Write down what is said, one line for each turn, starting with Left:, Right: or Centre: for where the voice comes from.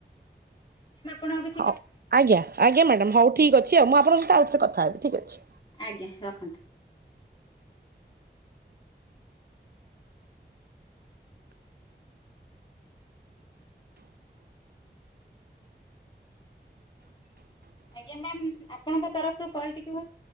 Left: ମୁଁ ଆପଣଙ୍କୁ କି
Right: ହଉ, ଆଜ୍ଞା, ଆଜ୍ଞା, ମ୍ୟାଡ଼ାମ୍, ହଉ, ଠିକ୍ ଅଛି। ଆଉ ମୁଁ ଆପଣଙ୍କୁ ସହିତ ଆଉ ଥରେ କଥା ହେବି, ଠିକ୍ ଅଛି।
Left: ଆଜ୍ଞା, ରଖନ୍ତୁ। ଆଜ୍ଞା, ମ୍ୟାମ୍ ଆପଣଙ୍କ ତରଫରୁ କଲଟିକୁ